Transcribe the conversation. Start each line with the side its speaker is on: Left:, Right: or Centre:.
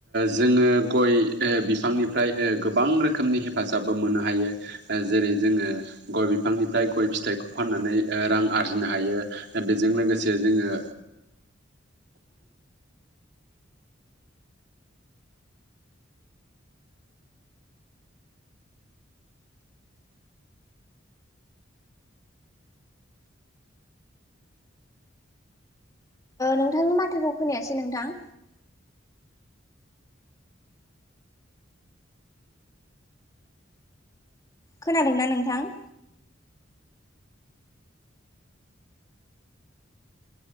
Right: जोङो गय बिफांनिफ्राय गोबां रोखोमनि हेफाजाबबो मोननो हायो जेरै जोङो गय बिफांनिफ्राय फिथाय गय फिथाइखौ फाननानै रां आरजिनो हायो बेजों लोगोसे जोङो
Left: नोंथांनि माथोखौ खोनायासै नोंथां। खोनादोंना नोंथां?